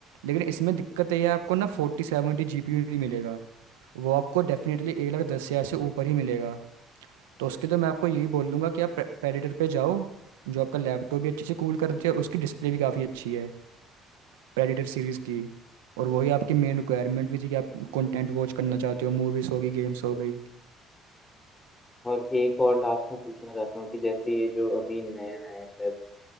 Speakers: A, on the right; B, on the left.
A: लेकिन इसमें दिक्कत ये है आपको ना फोर्टी सेवेंटी जीपीयू नहीं मिलेगा वो आपको डेफिनेटली एक लाख दस हज़ार से ऊपर ही मिलेगा तो उसके लिए तो मैं आपको यही बोल दूंगा कि आप प्रेडिटर पे जाओ जो आपका लैपटॉप भी अच्छे से कूल करती है और उसकी डिस्प्ले भी काफ़ी अच्छी है प्रेडिटर सीरीज़ की और वही आपकी मेन रिक्वायरमेंट भी थी कि आप कंटेंट वॉच करना चाहते हो मूवीज़ होगी गेम्स हो गई
B: और एक और लास्ट में पूछना चाहता हूँ कि जैसे ये जो अभी नया है शायद